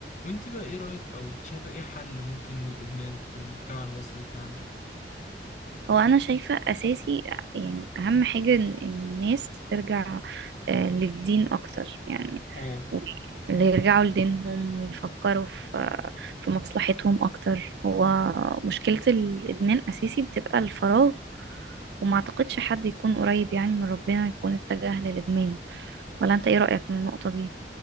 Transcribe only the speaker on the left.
وانت بقى ايه رأيك او شايفة ايه حل ممكن للإدمان في المجتمع المصري بتاعنا
اه